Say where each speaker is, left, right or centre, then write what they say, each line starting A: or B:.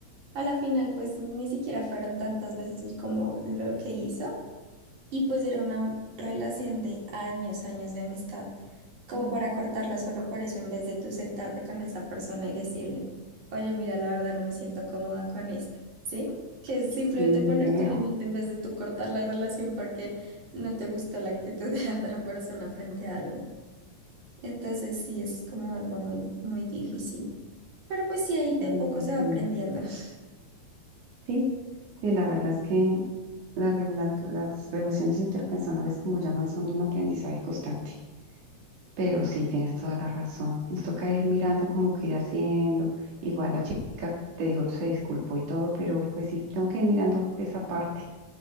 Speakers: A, on the right; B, on the right.
A: A la final, pues ni siquiera fueron tantas veces como lo que hizo. Y pues era una relación de años, años de amistad, como
B: Mm.
A: para cortarla solo por eso, en vez de tú sentarte con esa persona y decirle, oye, mira, la verdad no me siento cómoda con esta, ¿sí? Que es simplemente
B: Sí,
A: poner
B: feo.
A: tu límite en vez de tú cortar la relación porque no te gustó la actitud <laughs> de la otra persona frente a algo. Entonces sí, es como algo muy, muy difícil. Pero pues sí, ahí de
B: Mm,
A: poco se
B: Sí,
A: va aprendiendo. <laughs>
B: sí, sí, la verdad es que la re- las, las relaciones interpersonales, como llaman, son de un aprendizaje constante. Pero sí, tienes toda la razón. Nos toca ir mirando como que ir haciendo. Igual la chica, te digo, se disculpó y todo, pero pues sí, tengo que ir mirando esa parte.